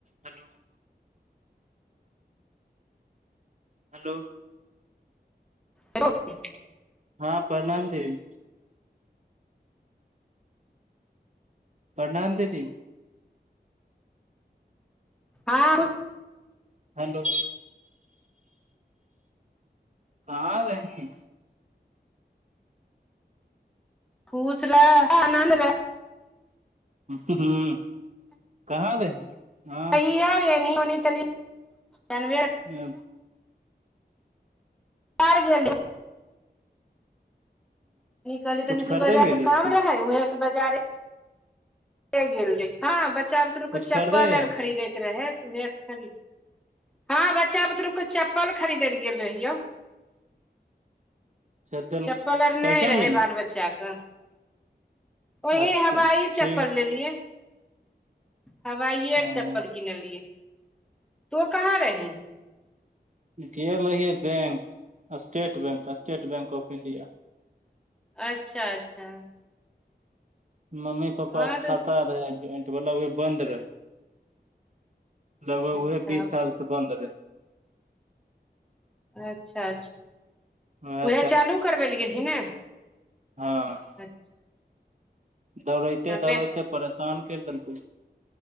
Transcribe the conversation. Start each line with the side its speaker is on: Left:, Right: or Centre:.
Right: Hello hello
Centre: रोट <unintelligible>
Right: हँ प्रणाम देवी प्रणाम दीदी
Centre: हँ
Right: हलो हा बहि
Centre: खुश रहे आनन्द रहे
Right: ह कहाँ दे है ह
Centre: य होनी तनीनबे <unintelligible>
Right: अ
Centre: कारार गेली कहली
Right: कुछ
Centre: तऽ निशन
Right: खरीदै
Centre: बाजार
Right: ल गेलियै
Centre: के काम
Right: की
Centre: रहै उएहे से बाजारे गेल रहे हँ बच्चा बुतरुके
Right: कुछ
Centre: चप्पल
Right: खरीदै रही
Centre: आर
Right: की
Centre: खरीदे के रहे त उहे खरीद हँ बच्चा बुतरु के चप्पल खरीद ले गेल रहियौ
Right: <inaudible> चल
Centre: चप्पल आर
Right: कैसन
Centre: नहि रहय
Right: लेल
Centre: बाल बच्चाके ओही
Right: अच्छा
Centre: हवाही चप
Right: ठीक
Centre: लियए हवाइे
Right: ह
Centre: चप्पलके किन लियए त तो‌कहाँ रहै
Right: गेल रहियै bank state bank state bank of India
Centre: अच्छा अच्छा
Right: मम्मी पापा
Centre: हँ तऽ
Right: खाता रहे ज्वइंट वालला उह बन्द रहे लगभग
Centre: अच्छा
Right: उहे बीस साल से बंन्द रहे
Centre: अच्छा अच्छा
Right: वएह
Centre: उएह चालू करबै लए गेलही ने
Right: हँच
Centre: अच्छा
Right: दौड़ते
Centre: छबे
Right: दौड़ते परेशान करि देलकौ